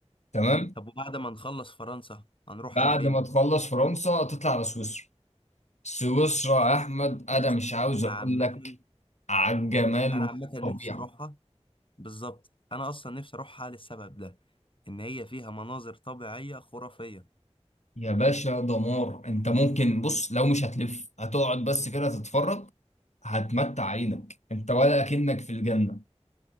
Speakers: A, on the left; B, on the left.
A: تمام
B: طب وبعد ما نخلص فرنسا هنروح
A: بعد
B: على فين
A: ما تخلص فرنسا تطلع على سويسرا سويسرا يا احمد انا
B: بص،
A: مش عاوز
B: انا
A: اقول
B: عامه
A: لك على الجمال
B: انا
A: والطبيعه
B: عامه نفسي اروحها بالظبط انا اصلا نفسي اروحها للسبب ده ان هي فيها مناظر طبيعيه خرافيه
A: يا باشا دمار انت ممكن بص لو مش هتلف هتقعد بس كده تتفرج هتمتع عينك انت ولا اكنك في الجنه